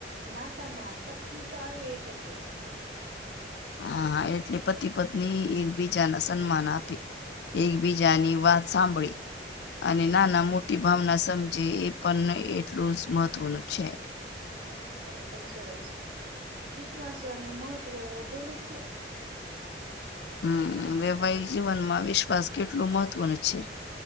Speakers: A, on the right; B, on the left.
A: નાતામાં તકલીફ આવે શકે.
B: હા, એટલે પતિ પત્ની એકબીજાના સન્માન આપે. એકબીજાની વાત સાંભળી. અને નાના મોટી ભાવના સમજે એ પણ એટલું જ મહત્વનું છે.
A: હા, ના એકદમ સરસ વિશ્વાસ ન મહત્વ બોલું છું.
B: હમ્મ વૈવાહિક જીવનમાં વિશ્વાસ કેટલું મહત્વનું છે?